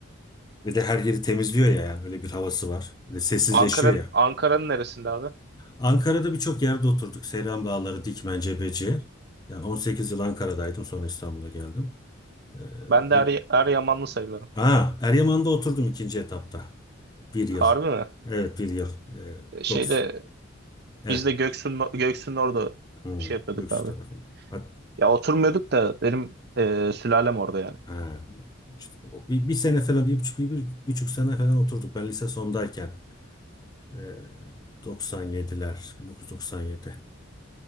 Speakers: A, on the left; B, on the right.
A: Ve de her yeri temizliyor ya yani öyle bir havası var. Bir de sessizleşiyor
B: Ankara'nın
A: ya.
B: Ankara'nın neresinde abi?
A: Ankara'da birçok yerde oturduk. Seyran Bağları, Dikmen, Cebeci. Yani 18 yıl Ankara'daydım sonra İstanbul'a geldim. E,
B: Ben
A: o
B: de Er, Eryamanlı sayılırım.
A: Ha, Eryaman'da oturdum ikinci etapta. Bir yıl.
B: Harbi mi?
A: Evet bir yıl. Ee,
B: Şeyde
A: dokuz. Evet.
B: biz de Göksu'nun Göksu'nun orada
A: Hmm,
B: şey yapıyorduk
A: Göksu
B: abi.
A: tarafında. Hat-
B: Ya oturmuyorduk da benim e, sülalem orada yani.
A: Ha, işte o bir, bir sene falan bir buçuk, bir, bir buçuk sene falan oturduk. Ben lise sondayken. Ee, 97'ler. 1997.